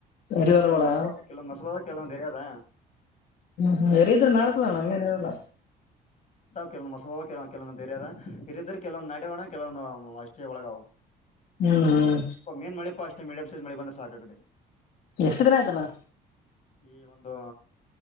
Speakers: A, on the left; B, on the left.
A: ಎರಿ ಹೊಲಗಳ
B: ಕೆಲವಂದ್ ಮಸಬ ಕೆಲೊಂದ್ ಮಸಬದ ಕೆಲವೊ ಧರ ಅದ.
A: ಹ್ಮ ಸೆರಿ ಇದ್ರೆ ನಾಡತದಾನ ಅಂಗನಲ್ಲ.
B: ಕೆಲವೊಂದು ಮಸಭಾವವು ಕೆಲ ಕೆವೊಂದು ಧರ್ಯದ ಇರಿದ್ರ ಕೆಲವೊಂದು ನಡೋಣ ಕೆಲೊಂದು ಅಷ್ಟೇ ಒಳಗಾವವು.
A: ಹ್ಮ್ ಹ್ಮ್
B: ಮನ್ <inaudible> ಮೇನ್ ಮೆಾಷ್ಟೇ <inaudible> ಮಳಿ ಬಂದ್ರ ಸಾಖ ಕಡೆ.
A: ಎಷ್ಟು ದಿನ ಆಯ್ತನಾ.
B: ಈ ಒಂದು